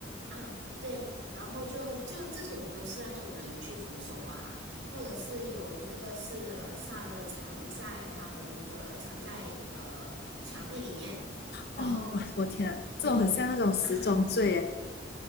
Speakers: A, on the right; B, on the left.
A: 啊，对，然后就就这种都是那种人去扶手啊，或者是有一个是呃萨勒藏在他们的藏在呃墙壁里面，然后
B: 哦，哇，我天啊，这种很像那种十宗罪耶。
A: 对啊 <laughs>